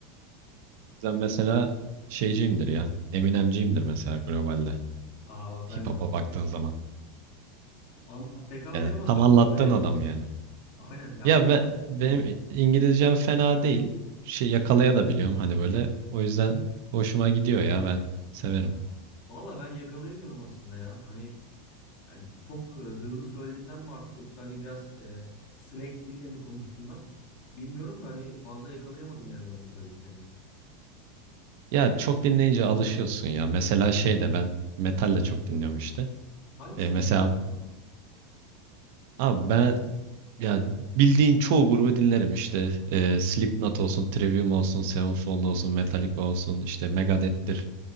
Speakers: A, on the right; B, on the left.
A: Ben mesela şeyciyimdir ya. Eminemciyimdir mesela globalde.
B: Aa bak ben
A: Hip
B: de
A: hop'a
B: çok
A: baktığın
B: seviyorum.
A: zaman.
B: An- pek anlayamasak
A: Yani tam anlattığın
B: da böyle.
A: adam yani.
B: Aynen yani
A: Ya
B: onun
A: ben, benim
B: yoktu.
A: İngilizcem fena değil. Şey yakalaya da biliyorum hani böyle. O yüzden hoşuma gidiyor ya ben severim.
B: Valla ben yakalayamıyorum aslında ya. Hani yani çok e, hızlı söylediğimden mi artık yoksa hani biraz e, slang dille mi konuştuğumdan bilmiyorum da hani fazla yakalayamadım yani ben bu söylediklerini.
A: Ya çok dinleyince alışıyorsun ya. Mesela şey de ben metal de çok dinliyorum işte.
B: Hangisini
A: E, mesela
B: dinliyorsun?
A: abi ben ya bildiğin çoğu grubu dinlerim işte. E, Slipknot olsun, Trivium olsun, Sevenfold olsun, Metallica olsun, işte Megadeth'tir